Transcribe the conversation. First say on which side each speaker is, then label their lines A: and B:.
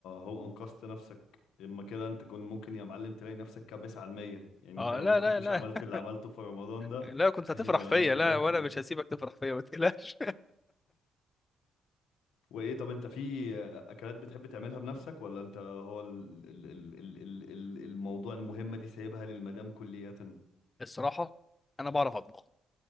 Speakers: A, on the left (about 80°); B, on the left (about 25°).
A: هو انقذت نفسك اما كده انت كنت ممكن يا معلم تلاقي نفسك كابس على المية يعني
B: اه
A: انت لو
B: لا
A: ما كنتش
B: لا لا
A: عملت
B: <laughs>
A: اللي عملته في رمضان ده
B: لا كنت
A: كان
B: هتفرح
A: زمانك
B: فيا
A: دلوقتي
B: لا وانا مش هسيبك تفرح فيا ما تقلقش
A: وايه طب انت في اكلات بتحب تعملها بنفسك ولا انت هو ال... ال... ال... ال... ال... ال- الموضوع المهمة دي سايبها للمدام كلية
B: الصراحه انا بعرف اطبخ